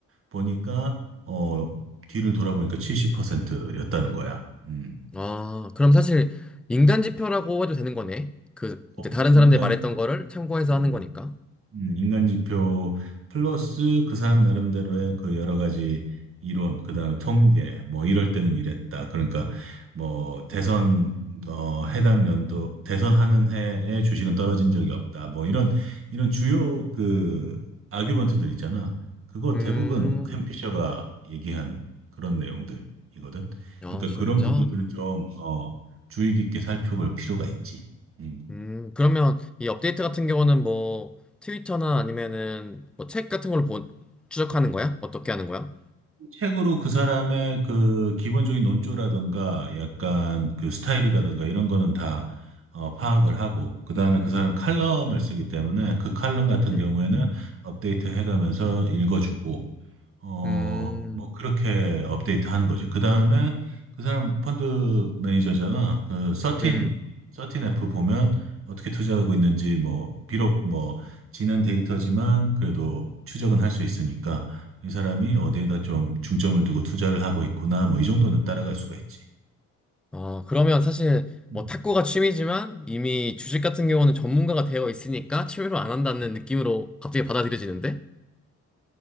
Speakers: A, on the right; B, in the centre.
A: 보니까, 어, 뒤를 돌아보니까 70%였다는 거야. 음.
B: 아, 그럼 사실 인간
A: 음.
B: 지표라고 해도 되는 거네. 그,
A: 거의
B: 이제 다른
A: 인간
B: 사람들이 말했던 거를 참고해서
A: 음,
B: 하는 거니까.
A: 음, 인간 지표 플러스 그 사람 나름대로의 그 여러 가지 이론, 그다음에 통계, 뭐 이럴 때는 이랬다. 그러니까 뭐 대선 어 해당 연도 대선하는 해에 주식은 떨어진 적이 없다. 뭐 이런 이런 주요 그 아규먼트들 있잖아. 그거
B: 음,
A: 대부분 캠피셔가 얘기한 그런 내용들이거든.
B: 아,
A: 그러니까
B: 진짜?
A: 그런 부분들은 좀 어 주의 깊게 살펴볼 필요가 있지. 음.
B: 음, 그러면 이 업데이트 같은 경우는 뭐 트위터나 아니면은 뭐 책 같은 걸로 보, 추적하는 거야? 어떻게 하는 거야?
A: 책으로 그 사람의 그 기본적인 논조라든가 약간 그 스타일이라든가 이런 거는 다 어, 파악을 하고 그다음에 그 사람은 칼럼을 쓰기 때문에 그 칼럼 같은
B: 음,
A: 경우에는 업데이트 해가면서 읽어주고 어,
B: 음,
A: 뭐 그렇게 업데이트 하는 거지. 그 다음에 그 사람 펀드 매니저잖아. 그 13,
B: 음.
A: 13F 보면 어떻게 투자하고 있는지 뭐 비록 뭐 지난 데이터지만 그래도 추적은 할 수 있으니까 이 사람이 어디에다 좀 중점을 두고 투자를 하고 있구나 뭐 이 정도는 따라갈 수가 있지.
B: 어, 그러면 사실
A: 음.
B: 뭐 탁구가 취미지만 이미 주식 같은 경우는 전문가가 되어 있으니까 취미로 안 한다는 느낌으로 갑자기 받아들여지는데?